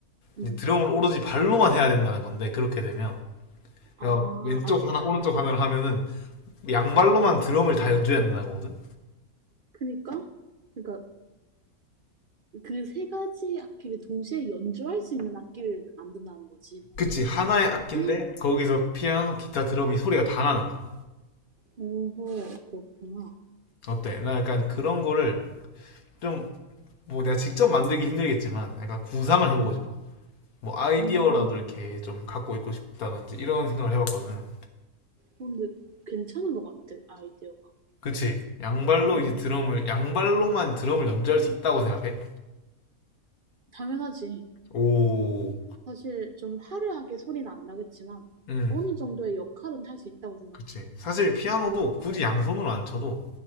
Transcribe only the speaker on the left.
이제 드럼을 오로지 발로만 해야 된다는 건데 그렇게 되면
그러니까 왼쪽
하나
오른쪽 하나를 하면은 양발로만 드럼을 다 연주해야 된다는 거거든.
그치 하나의 악기인데
거기서 피아노, 기타, 드럼이 소리가 다 나는 거야.
어때? 나 약간 그런 거를 좀 뭐 내가 직접 만들기 힘들겠지만 약간 구상을 해보고
싶어. 뭐 아이디어라도
이렇게 좀 갖고 있고 싶다든지 이런 생각을 해봤거든.
그치? 양발로
이제 드럼을 양발로만 드럼을 연주할 수 있다고 생각해?
오,
음.
그치. 사실 피아노도 굳이 양손으로 안 쳐도